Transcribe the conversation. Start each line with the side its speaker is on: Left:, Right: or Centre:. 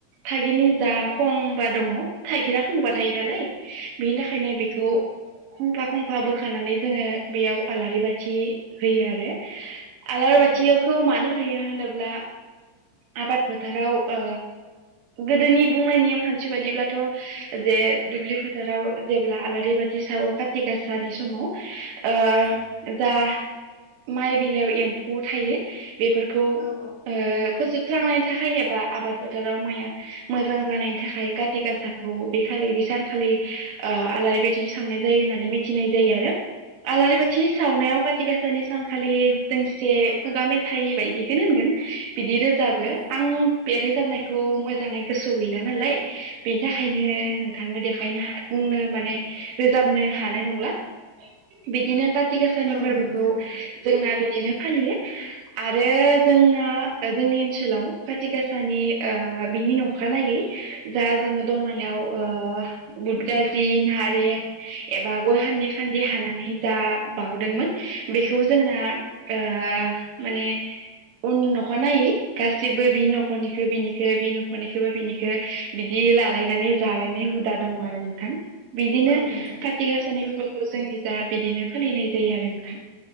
Right: थाइगिरनि जा खंबा दङ थाइगिरा बुंबा थायो नालाय बेनि थाखायनो बेखौ खंफा खंफा बोखानानै जोङो बेयाव आलारि बाथि होयो आरो। आलारि
Left: उम
Right: बाथिखौ मानो होयो होनोब्ला आबाद फोथाराव ओ गोदोनि बुंनाय नेमखान्थिबादिब्लाथ जे दुब्लि फोथाराव जेब्ला आलारि बाथि सावो काति गासानि समाव। ऐ
Left: औ
Right: जा माइ बिलायाव एम्फौ थायो। बेफोरखौ ओ
Left: औ औ
Right: फोजोब स्रांनायनि थाखाय एबा आबाद फोथाराव माइआ मोजां जानायनि थाखाय काति गासाखौ बेखालि बेसानखालि आलारि बाथि थावनाय जायो
Left: नोंथां
Right: होननानै मिथिनाय जायो आरो। आलारि बा थि सावनायाव काति गासानि सान खालि दोंसे खुगा मेथाइ बायदिखोनो होनगोन। बिदि रोजाबो
Left: औ नोंथां
Right: आं बे रोजाबनायखौ मोजाङै गोसोआव गैला नालाय बेनि थाखायनो नोंथांनो दे हायनो हा बुंनो माने रोजाबनो हानाय नंला। बिदिनो काति गासानि
Left: औ
Right: फोरबोखौ
Left: नोंथां
Right: जोंना दिनो फालियो आरो जोंना ओ जोंनि ओनसोलाव। खाथि गाासानि ओ बिनि नखानायै जा जोङो दनायाव ओ बुदगाजि नारें एबा गय हान्दि खान्दि हानानै जा बावहदोंमोन बेखौ जोंना ओ माने उन न'खर नायै गासैबो बि न'खरनिखौ बिनिख बि न'खरनिखौबो बिनिखौ बिदि लालायनानै जालायनाय हुदा दङ आरो नोंथां। बिदिनो
Left: औ नोंथां
Right: काथि गासानि फोर खौ जोंनि जा बिदिनो फालिनाय जायो आरो नोंथां।